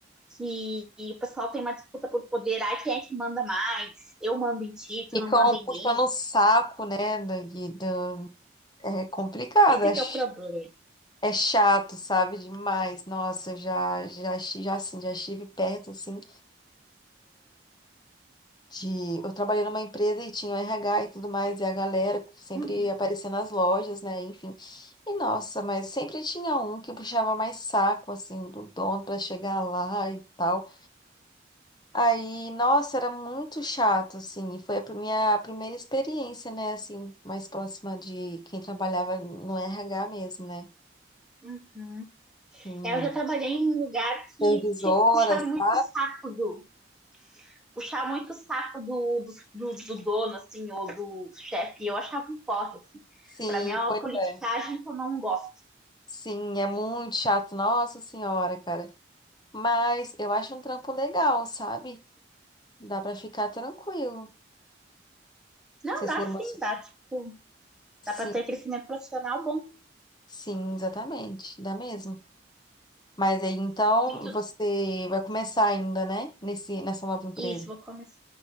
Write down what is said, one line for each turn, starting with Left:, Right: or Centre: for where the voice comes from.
Centre: que e o pessoal tem uma disputa por poder, ai, quem é que manda mais? Eu mando em ti, tu
Left: Ficam
Centre: não manda em
Left: puxando
Centre: mim.
Left: o saco, né? do- de- do- é complicado,
Centre: Esse
Left: é,
Centre: que
Left: ch-
Centre: é o problema.
Left: é chato, sabe? Demais. Nossa, eu já, já, esti- já, assim, já estive perto, assim, de... Eu trabalhei numa empresa e tinha o RH e tudo mais, e a galera sempre
Centre: Uhum,
Left: aparecia nas lojas, né? Enfim. E, nossa, mas sempre tinha um que puxava mais saco, assim, do dono pra chegar lá e tal. Aí, nossa, era muito chato, assim. e Foi a minha primeira experiência, né? Assim, mais próxima de quem trabalhava no RH mesmo, né?
Centre: uhum.
Left: Em
Centre: É, eu já trabalhei em um lugar que
Left: supervisora,
Centre: tinha que puxar
Left: sabe?
Centre: muito o saco do puxar muito o saco do, do, do, dono, assim, ou do chefe. Eu achava um porre, assim.
Left: Sim,
Centre: Pra mim é uma
Left: pois
Centre: politicagem
Left: é.
Centre: que eu não gosto.
Left: Sim, é muito chato, nossa senhora, cara. Mas eu acho um trampo legal, sabe? Dá pra ficar tranquilo.
Centre: Não,
Left: Você
Centre: dá
Left: se emociona.
Centre: sim, dá, tipo,
Left: Sim,
Centre: dá pra ter crescimento profissional bom
Left: sim, exatamente. Dá mesmo. Mas aí, então,
Centre: e tudo.
Left: você vai começar ainda, né? Nesse, nessa nova empresa.
Centre: Isso, vou começar.